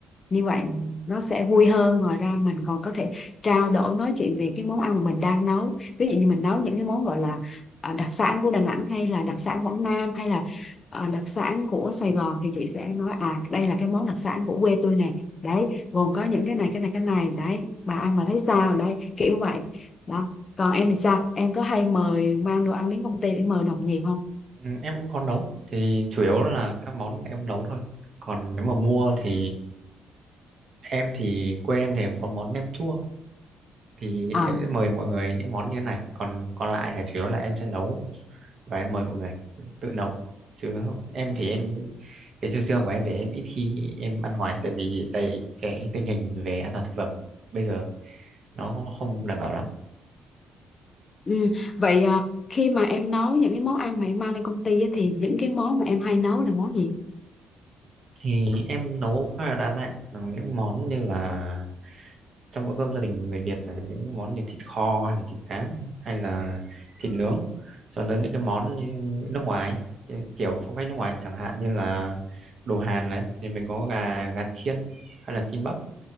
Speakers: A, on the left; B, on the right.
A: như vậy nó sẽ vui hơn ngoài ra mình còn có thể trao đổi nói chuyện về cái món ăn mà mình đang nấu ví dụ như mình nấu những cái món gọi là à, đặc sản của Đà Nẵng hay là đặc sản Quảng Nam hay là à, đặc sản của Sài Gòn thì chị sẽ nói à đây là cái món đặc sản của quê tôi nè đấy gồm có những cái này cái này cái này đấy bà ăn mà thấy sao đấy kiểu vậy đó còn em thì sao em có hay mời mang đồ ăn đến công ty để mời đồng nghiệp không
B: Ừ, em cũng có nấu thì chủ yếu là các món em nấu thôi. Còn nếu mà mua thì em thì quê em thì có món nem chua thì em
A: à
B: sẽ mời mọi người những món như thế này còn còn lại là chủ yếu là em sẽ nấu và em mời mọi người tự nấu chứ không- em thì em cái chủ trương của em thì em ít khi em ăn ngoài tại vì tại cái tình hình về an toàn thực phẩm bây giờ nó không đảm bảo lắm
A: Ừ. Vậy à, khi mà em nấu những cái món ăn mà em mang lên công ty á, thì những cái món mà em hay nấu là món gì?
B: thì em nấu khá là đa dạng những món như là trong bữa cơm gia đình người Việt là những món như thịt kho hay là thịt rán hay là thịt nướng cho đến những cái món như nước ngoài cái kiểu phong cách nước ngoài chẳng hạn như là đồ Hàn đấy thì mình có gà gà chiên hay là kim bắp